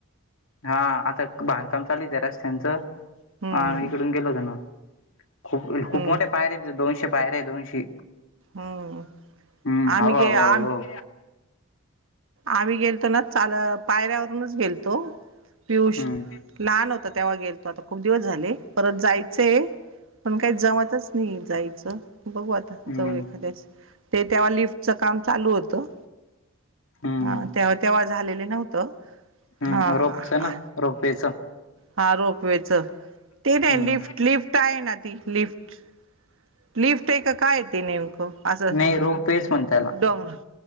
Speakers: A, on the left; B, on the right.
A: हा आता बांधकाम चालत आहे रस्त्यांचं,
B: हम्म
A: हा आम्ही
B: हम्म
A: इकडून गेलो होतो ना. खूप-खूप मोठे
B: हम्म
A: पायरे दोनशे पायरे आहे, दोनशे.
B: हम्म
A: हम्म,
B: आम्ही
A: हवा-हवा
B: गे आम
A: व.
B: आम्ही गेलतो ना चाल पायऱ्यावरूनच गेलतो, पियुष
A: हम्म
B: लहान होत तेव्हा गेलतो, आता खूप दिवस झाले, परत जायचेय. पण काही जमतच नाही जायचं. बघू आता
A: हम्म
B: जाऊ एखाद्यास, ते तेव्हा लिफ्टचं काम चालू होतं.
A: हम्म
B: हा तेव्हा-तेव्हा झालेले नव्हतं,
A: हम्म
B: हा-हा.
A: रोपच ना रोपवेच
B: हा रोपवेच, ते
A: हम्म
B: त्या लिफ्ट, लिफ्ट आहे ना ती लिफ्ट. लिफ्ट आहे का काय ते नेमकं असं.
A: रोम फेच म्हणत त्याला
B: डोंग,